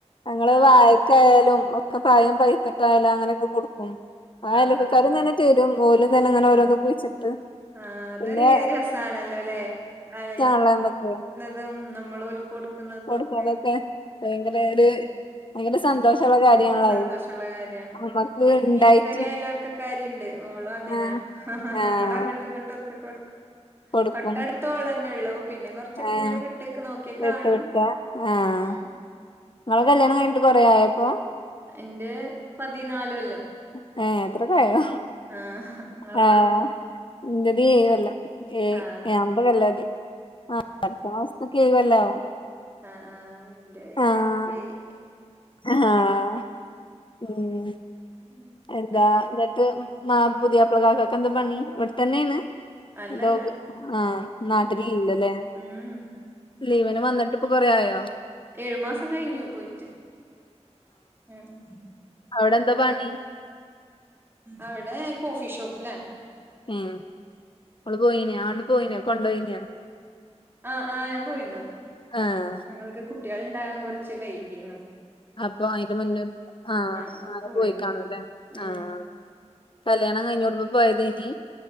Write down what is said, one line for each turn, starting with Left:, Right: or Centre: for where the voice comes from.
Left: ഞങ്ങള്
Right: ആഹ്
Left: വായക്കായാലും ഒക്കെ പഴം പൈത്ത്ട്ടായാലും അങ്ങനൊക്കെ കൊടുക്കും. അയൊലക്കക്കാരും
Right: ആഹ് ആഹ് ആഹ്
Left: തന്നെ തരും ഓലും തന്നെ ഇങ്ങനെ ഓരോന്ന്
Right: ആഹ്
Left: കുഴിച്ചിട്ട്.
Right: ആഹ് അതൊരു
Left: പിന്നെ
Right: രസാണല്ലോ ല്ലെ? അയല
Left: <unintelligible> ബെക്കെ.
Right: തും നമ്മള് ഓൽക്ക് കൊടുക്കുന്നതും
Left: കൊടുക്കണതൊക്കെ
Right: ഒക്കെ
Left: ഭയങ്കര
Right: ഉംഹ്
Left: ഒരു ഭയങ്കര സന്തോഷമുള്ള
Right: ഉം
Left: കാര്യാണല്ലോ
Right: സന്തോഷള്ള
Left: അത്
Right: കാര്യാണ്
Left: നമ്മക്ക്
Right: ഇൻ
Left: ഇണ്ടായിട്ട്
Right: ഇൻക്കൊര് അയലൊക്കെ. ക്കാരിണ്ട്. ഓളും അങ്ങന
Left: ആഹ് ആഹ്
Right: ഞങ്ങളും അങ്ങട്ടും ഇങ്ങട്ടും ഒക്കെ കൊടുക്കും
Left: കൊടുക്കും
Right: തൊട്ടടു. ത്ത് ഓളെന്നൊള്ളു. പിന്നെ കൊറച്ചൊക്കെ
Left: ആഹ്
Right: ഇങ്ങനെ വിട്ട്ക്ക് നോക്കിയ
Left: വിട്ട്
Right: കാണും.
Left: വിക്ക ആഹ്
Right: ഉംഹ്.
Left: ഇങ്ങളെ കല്യാണം കഴിഞ്ഞിട്ട് കൊറേ ആയപ്പോ.?
Right: ഇന്റെ പതിനാാല് കൊല്ലം
Left: ഏഹേ അത്രക്കായോ?
Right: ആഹ് ഇങ്ങളതോ?
Left: ആഹ് ഇന്റത് ഏഴ് കൊല്ലം ഏയ്
Right: ആഹ്
Left: ഏഴാമത്തെ കൊല്ലാ ഇത്. ആഹ് അടുത്ത മാസത്ത്ക്ക് ഏയ് കൊല്ലാവും.
Right: ആഹ് ആഹ് ഇന്റെ അയിന്റെ
Left: ആഹ്
Right: എര്ട്ടിയായ്.
Left: ആഹ് ഉംഹ്
Right: ഉം
Left: എന്താ
Right: എന്തൊക്കെ
Left: ഇന്നെട്ട് മാ പുതിയാപ്ലക്കാക്കാക്ക് എന്താ പണി ഇവിടെത്തന്നെയാണ്?
Right: അല്ലല്ല
Left: അതോ ആഹ് നാട്ടിലില്ലല്ലേ?
Right: ഗൾഫില ഉം
Left: ലീവിന് വന്നിട്ട്പ്പൊ കൊറേ ആയോ?
Right: ഏഴു മാസം കഴിഞ്ഞു പോയിട്ട്. ഉംഹ്.
Left: അവിടെന്താ പണി?
Right: അവ്ടെ കോഫിഷോപ്പിലാണ്.
Left: ഉംഹ് ഇങ്ങള് പോയിനിയൊ ആണ്ട് പോയിനിയൊ കൊണ്ടോയീനിയോ?
Right: ആഹ് ആഹ് ഞാൻ പോയിന്നു.
Left: ആഹ്
Right: ഞങ്ങൾക്ക് കുട്ട്യാള് ഇണ്ടാകാൻ കൊറ്ച്ച് വൈകീന്നു.
Left: അപ്പൊ അയിന് മുന്ന് ആഹ്
Right: അപ്പൊ
Left: അങ്ങനെ
Right: പോയിന്നു.
Left: പോയിക്കാണും ല്ലെ?
Right: ഉം
Left: ആഹ് കല്ല്യാണം കഴിഞ്ഞൂടുമ്പം പോയതേനി?